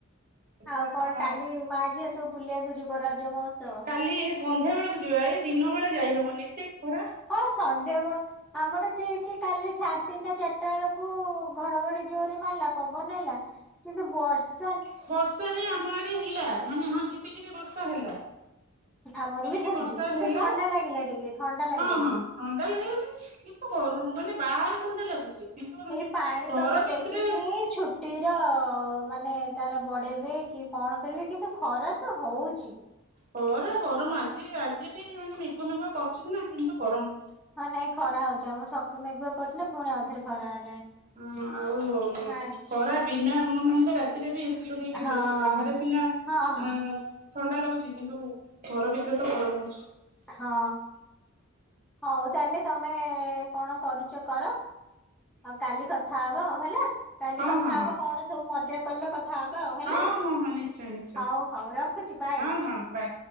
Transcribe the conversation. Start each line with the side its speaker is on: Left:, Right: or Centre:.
Right: ଏତିକି
Centre: ଆଉ
Right: ତ
Centre: କଣ
Right: କାମ
Centre: କାଲି ମା ଝିଅ ସବ ଫୁଲିବାକୁ ଯିବ ରଜ ମହୋତ୍ସବ?
Right: କାଲି ସନ୍ଧ୍ୟା ବେଳକୁ ଯିବା ଏଇ ଦିନ ବେଳେ ଯାଇହବନ ଏତେ ଖରା।
Centre: ହଉ ସନ୍ଧ୍ୟାବେେଳ ଆମର ଠିକି କାଲି ସାଢ଼େ ତିନିଟା ଚାରିଟା ବେଳକୁ ଘଡ଼ଘଡ଼ି ଜୋରେ ମାରିଲା ପବନ ହେଲା କିନ୍ତୁ ବର୍ସ
Right: ଖର୍ଷା ବି ଆମ ଆଡ଼େ ହେଲା ମାନେ ହଁ ଝିପିଝିିପି ବର୍ଷା ହେଲା।
Centre: ଆମର
Right: ବିଯିବି
Centre: ବି ସେମିତି
Right: ବର୍ଷା
Centre: କିନ୍ତୁ
Right: ହେଲା
Centre: ଥଣ୍ଡା ଲାଗିଲା ଟିକେ ଥଣ୍ଡା ଲାଗିଲା
Right: ହଁ
Centre: କିନ୍ତୁ।
Right: ହଁ ଥଣ୍ଡା <unintelligible> ତ ଘରୁରୁ ମାନେ ବାହାରେ ଥଣ୍ଡା ଲାଗୁଛି। କିନ୍ତୁ ତମେ
Centre: ଏଇ ପାଣିପାଗ
Right: ଘର ଭିତରେ
Centre: ଦେଖିକି ଛୁ ଟିର ମାନେ ତାର ବଢ଼େଇବେ କି କଣ କରିବେ କିନ୍ତୁ ଖରା ତ ହଉଛି।
Right: ହରା ଗରମ ଆଜି ଆଜି ବି ମାନେ ମେଘୁଆ ମେଘୁଆ କରୁଚି ସିନା କିନ୍ତୁ ଗରମ୍
Centre: ହଁ ନାଇଁ ଖରା ହଉଛି ଆମର ସ ମେଗୁଆ କରିଥିଲେ ପୁଣି ଆଉଥରେ ଖରା ହେଲା।
Right: ହୁଁ ଆଉ
Centre: ଆଚ୍ଛା।
Right: ଖରା ବିନା <unintelligible> ରାତିରେ ବି ଏସି ଲଗେଇକି
Centre: ହଁ
Right: ଶୋଇଥିଲୁ ବାହାରେ ସିନା
Centre: ହଁ
Right: ଆଁ ଥଣ୍ଡା ଲାଗୁଛି କିନ୍ତୁ ଘର ଭିତରେ ତ ଗରମ ହଉଛି।
Centre: ହଁ ହୋଉ ତାହେଲେ ତମେ କଣ କରୁଚ କର। ଆଉ କାଲି କଥା ହବ ହେଲା କାଲି
Right: ହଁ
Centre: କଥା
Right: ହଁ
Centre: ହବ
Right: ହଁ
Centre: କଣ ସବୁ ମଜା କଲ କ ଥା ହବା ଆଉ ହେଲା
Right: ହଁ ହଁ ହଁ ନିଶ୍ଚୟ ନିଶ୍ଚୟ
Centre: ହଉ ହଉ ରଖୁଚି ବାଏ।
Right: ହଁ ହଁ ବାଏ।